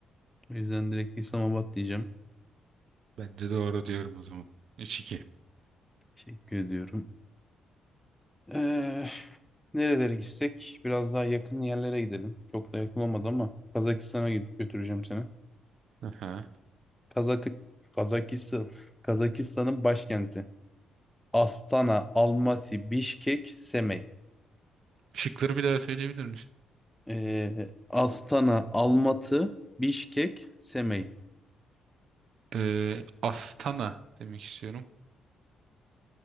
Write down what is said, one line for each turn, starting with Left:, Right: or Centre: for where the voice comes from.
Centre: O yüzden direkt İslamabad diyeceğim.
Right: Ben de doğru diyorum o zaman. Üç iki.
Centre: Teşekkür ediyorum. Ee, nerelere gitsek? Biraz daha yakın yerlere gidelim. Çok da yakın olmadı ama Kazakistan'a gidip götüreceğim seni.
Right: Aha.
Centre: Kazak Kazakistan <laughs> Kazakistan'ın başkenti. Astana, Almaty, Bişkek, Semey.
Right: Şıkları bir daha söyleyebilir misin?
Centre: Ee, Astana, Almatı, Bişkek, Semey.
Right: Ee, Astana demek istiyorum.